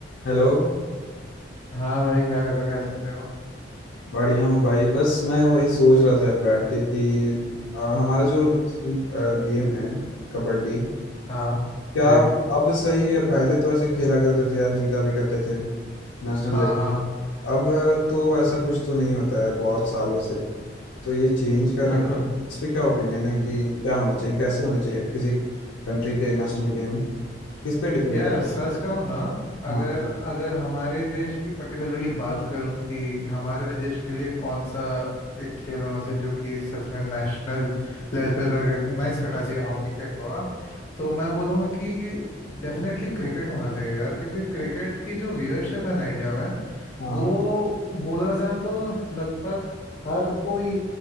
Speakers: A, on the left; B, on the left.
A: हेलो
B: हाँ भाई क्या कर रहे हो कैसे हो
A: बढ़िया हूँ भाई बस मैं वही सोच रहा था यार बैठ के कि आ, हमारा जो
B: अच्छा
A: गेम है कबड्डी
B: हाँ
A: क्या
B: जी
A: वो अब सही है पहले तो ऐसे खेला करते थे यार जीता भी करते थे नेशनल
B: हाँ
A: लेवल
B: हाँ
A: अब आ, तो ऐसा कुछ तो नहीं होता यार बहुत सालों से तो ये चेंज करना
B: बिल्कुल
A: इस पे क्या ओपिनियन है कि क्या होना चाहिए कैसे होने चाहिए किसी कंट्री के नेशनल गेम किस पे डिपेंड
B: यार
A: करती
B: सच
A: है
B: कहूँ ना अगर
A: हाँ
B: अगर हमारे देश की पर्टिकुलरली बात करूँ कि हमारे देश के लिए कौन सा एक खेल होना चाहिए जो कि सच में नेशनल लेवल पे रिकॉग्नाइज करना चाहिए हॉकी के अलावा तो मैं बोलूँगा कि डेफिनेटली क्रिकेट होना चाहिए यार क्योंकि क्रिकेट की जो व्यूअरशिप है ना इंडिया में
A: हाँ
B: वो बोला जाए तो लगभग हर कोई